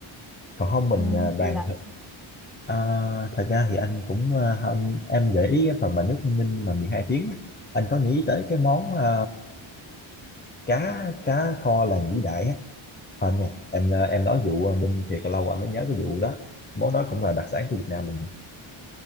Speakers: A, on the left; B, in the centre.
A: còn không mình
B: ừm,
A: à, bàn
B: thì là
A: À, thật ra thì anh cũng ờ, không, em gợi ý cái phần mà nước ninh mà 12 tiếng á, anh có nghĩ tới cái món ờ, cá cá kho làng vũ đại á không nha em ờ, em nói vụ ờ, ninh thì lâu anh mới nhớ cái vụ đó món đó cũng là đặc sản của Việt Nam mình